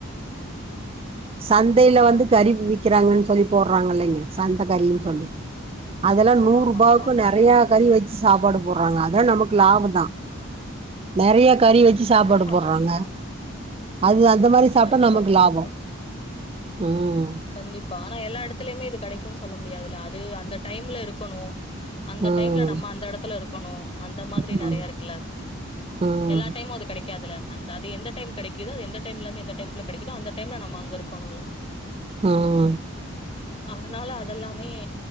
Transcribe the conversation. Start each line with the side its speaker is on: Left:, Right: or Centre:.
Right: சந்தைல வந்து
Left: ஆ
Right: கறி விக்கிறாங்கன்னு சொல்லி போடுறாங்கல்லீங்க சந்த கறின்னு சொல்லி அதுல்ல
Left: ஆமாமா
Right: நூறு ரூபாவுக்கு
Left: ஆமாமா
Right: நெறையா
Left: ம்
Right: கறி வச் சாப்பாடு போடுறாங்க அத நமக்கு லாபம் தான் நெறைய கறி வச் சாப்பாடு
Left: ஆமா
Right: போடுறாங்க
Left: கண்டிப்பா
Right: அது அந்த மாரி சாப்ட்டா
Left: கண்டிப்பா
Right: நமக்கு
Left: கண்டிப்பா
Right: லாபம் ம்
Left: கண்டிப்பா ஆனா எல்லா எடத்துலயுமே இது கெடைக்குன்னு சொல்ல முடியாதுல்ல அது அந்த டைம்ல இருக்கணு அந்த
Right: ம்
Left: டைம்ல நம்ம அந்த எடத்துல இருக்கணும் அந்த மாதிரி
Right: ம்
Left: நறைய இருக்குல்ல
Right: ம்
Left: எல்லா டைமு அது கெடைக்காதுல அந்த அது எந்த டைம் கெடைக்குதோ எந்த டைம்ல இருந்து எந்த டைம்ல கெடைக்குதோ அந்த டைம்ல நம்ம அங்க இருக்கணோல
Right: ம்
Left: அதனால அதெல்லாமே